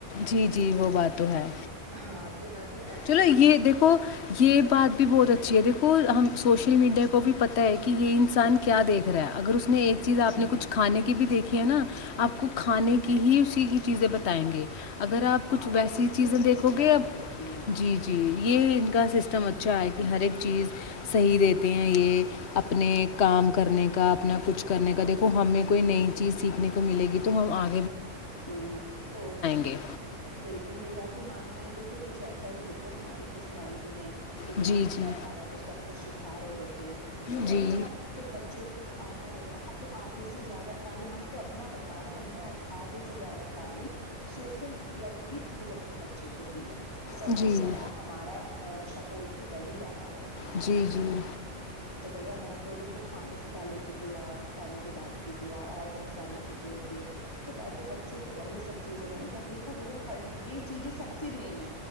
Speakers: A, on the left; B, on the left.
A: جی جی وہ بات تو ہے
B: ہاں تو میں تو ایسے
A: چلو
B: کوئی
A: یہ دیکھو یہ بات بھی بہت اچھ جی دیکھو ہم سوشل میڈیا کو بھی پتتا ہے کہ یہ انسان کیا دیکھ رہا ہے اگر اس نے ایک چیز
B: ہاں
A: آپ نے کچھ کھانے کی بھی دیکھ ہے نا آپ کو کھانے کی ہی اسی چیزیں بتائیں گے اگر آپ
B: ہاں
A: کچھ ویسی
B: پھر اسی
A: چیزیں
B: سے ریلیٹڈ
A: دیکھو گے
B: آتی رہتی ہیں
A: جی جی یہ ان کا سسٹم اچھا ہے کہ ہر ایک چیز صحیح دیتے ہیں یہ اپنے کام کرنے کا اپنا کچھ کرنے کا دیکھو ہمیں کوئی نئی چیز سیکھنے کو ملے گی تو ہم آ
B: ہ تو
A: گے
B: بالکل میرا تو ماننا ہے دیکھو کچھ ایسا ہی دیکھو ہمارے کچھ مال بھی ہیں کتنا
A: جی
B: اچھا
A: جی
B: سارا کچھ سب کچھ سکھا رہے ہوتے ہیں تو وہی
A: جی
B: آپ پھر بچوں کو آتا رہتا اب تو آدھھی سے زیادہ تعلیم ہم تو اپنا بتا رہے ہم نے آدھے سے زیادہ تعلیم سوشل میڈیا کے ہی تھرو اپنے بچے کو دی ہے سب
A: جی
B: سے بڑا ہمارا شپورٹو وہی رہا عا ہے
A: جی جی
B: تو بھیا میں تو دیکھوں کھانے سے پہلے کی دعا کھانے کے بعد کی دعا اور بہت ساری چیزیں ہوتی ہے تو میں تو بچوں کو وہی سب چیزیں میں نے کہا دیکھو بھیا کر یہ چیزیں سب سے مین ہے